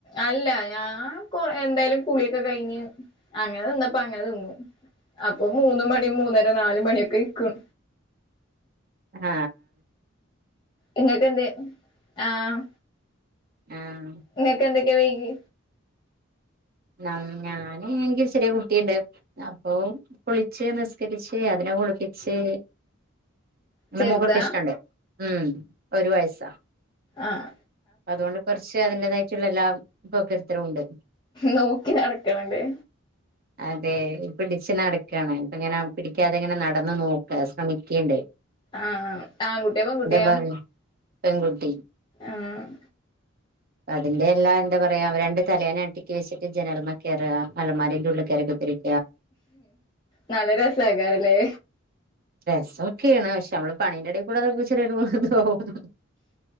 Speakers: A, on the left (about 20°); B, on the right (about 45°).
A: അല്ല ഞാൻ കൊറ എന്തായാലും കുളിയൊക്കെ കഴിഞ്ഞ് അങ്ങനെ ന്നിന്നപ്പോ അങ്ങനെ ന്നിന്നു അപ്പൊ മൂന്ന് മണി മൂന്നര നാല് മണിയൊക്കെ അയ്ക്കും
B: ആഹ
A: ഇങ്ങക്കെ എന്ത് ആഹ്
B: ആഹ്
A: നിങ്ങക്കെ എന്തയ് വൈകി
B: ന ഞാന് എനിക്ക് ചെറിയ കുട്ടിയുണ്ട് അപ്പൊ കുളിച്ച് നിസ്കരിച്ച് അതിനെ കുളിപ്പിച്ച് എന്റെ
A: ചെറുതാ
B: മോൾക് ഒരു പ്രശ്നണ്ട് ഉം ഒരു വയസാ
A: ആഹ
B: അതുകൊണ്ട് കുറച്ച് അതിന്റെതായി റ്റുള്ള എല്ലാം <unintelligible> ഉണ്ട്
A: നോക്കി നടക്കണല്ലേ
B: അതെ പിടച്ച് നടക്കയാണ് ഇപ്പ ഇങ്ങനെ പിടിക്കാതെ ഇങ്ങനെ നടന്നു നോക്ക ശ്രമിക്കേണ്ട്
A: ആഹ് ആൺ കുട്ടിയാ പെൺകുട്ടിയാ
B: ഭംഗി പെൺകുട്ടി
A: ആഹ്
B: അതിന്റെ എല്ലാ എന്താ പറയാ രണ്ട് തലയാണ അടിക്കി വെച്ചിട്ട് ജനൽമേ കയറുക- അലന്മാരിന്റെറെ ഉള്ളി കയറിട്ട് <unintelligible>
A: നല്ല രസ ആക്കാറല്ലേ
B: രസോക്കെയാണ് പക്ഷെ നമ്മള് പണീന്റെ ഇടയിക്കുടെ ചെറിയ <unintelligible>